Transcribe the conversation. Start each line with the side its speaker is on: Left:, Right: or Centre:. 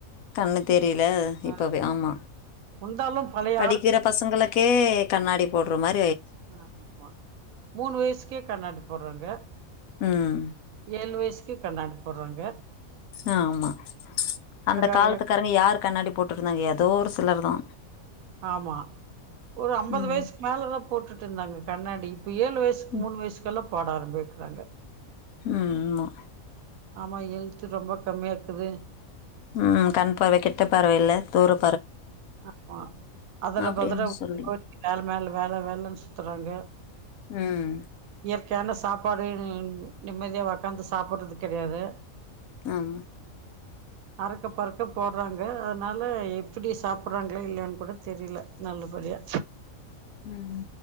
Left: கண்ணு தெரில
Right: ஆ
Left: இப்பவே ஆமா
Right: இருந்தாலு பழைய
Left: படிக்கிற பசங்களுக்கே கண்ணாடி போட்ற மார்
Right: ஆ ஆமா மூணு வயசுக்கே கண்ணாடி போட்றாங்க
Left: ம்
Right: ஏழு வய்சு கண்டாண்டி போட்றாங்க
Left: ஆ ஆமா அந்த காலத்துக்காரங்க
Right: ஆக
Left: யாரு கண்ணாடி போட்டு இருந்தாங்க ஏதோ ஒரு ஒரு சிலர் தா
Right: ஆமா ஒரு அம்பது
Left: ம்
Right: வயசுக்கு மேலதா போட்டுட்டு இருந்தாங்க கண்ணாடி இப்ப ஏழு வயசுக்கு
Left: ம்
Right: மூணு வயசுக்குல்லா பாட ஆரம்பிக்கிறாங்க
Left: ஆமா
Right: ஆமா ஹெல்து ரொம்ப கம்மியா இருக்குது
Left: ம் கண் பார்வை கெட்ட பார்வை இல்ல துர
Right: ஆமா அதல
Left: அப்டின்னு
Right: பதர
Left: சொல்லி
Right: கோ வேல மேல வேல வேலன்னு சுத்துறாங்க
Left: ம்
Right: இயற்கையான சாப்பாடு நிம்மதியா உக்காந்து சாப்படுறது கெடையாது
Left: ஆமா
Right: அறக்க பறக்க போடுறாங்க அதனால எப்படி சாப்பறாங்கள இல்லலைன்னு கூட தெரில நல்லபடியா
Left: ம்